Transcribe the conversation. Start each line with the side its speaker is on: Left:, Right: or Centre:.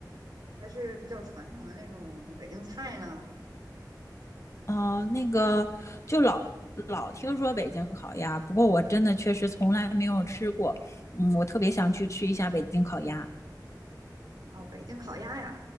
Right: 还是比较传统的那种北京菜呢？
Left: 哦、那个就老老听说北京烤鸭，不过我真的确实从来没有吃过。嗯，我特别想去吃一下北京烤鸭。
Right: 哦，北京烤鸭呀，